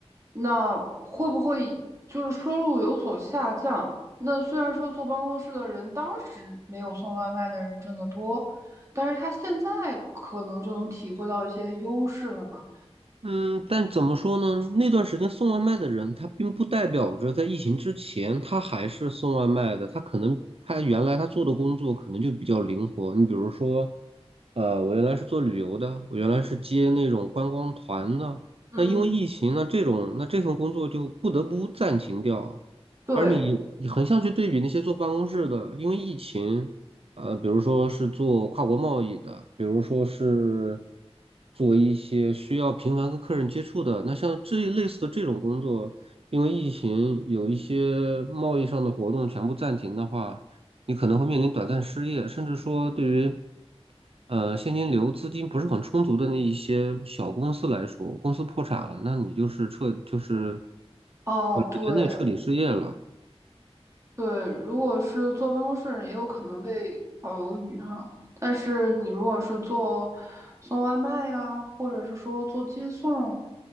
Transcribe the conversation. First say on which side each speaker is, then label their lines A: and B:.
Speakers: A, on the right (about 30°); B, on the right (about 65°).
A: 那会不会就是收入有所下降？那虽然说坐办公室的人当时没有送外卖的人挣得多，但是他现在可能就能体会到一些优势了嘛。
B: 嗯，但怎么说呢？那段时间送外卖的人，他并不代表着在疫情之前他还是送外卖的，他可能他原来他做的工作可能就比较灵活。你比如说。呃，我原来是做旅游的，我原来是接那种观光团的。
A: 嗯，
B: 那因为疫情那这种那这份工作就不得不暂停掉。
A: 对，
B: 而你你横向去对比那些做办公室的，因为疫情，呃，比如说是做跨国贸易的，比如说是做一些需要频繁跟客人接触的，那像这一类似的这种工作，因为疫情有一些贸易上的活动全部暂停的话。你可能会面临短暂失业，甚至说对于呃，现金流资金不是很充足的那一些小公司来说，公司破产了，那你就是彻就是
A: 哦，
B: 短时间内彻底失业了。
A: 对，对，如果是坐办公室的人也有可能被炒鱿鱼啊。但是你如果是做送外卖呀，或者是说做接送，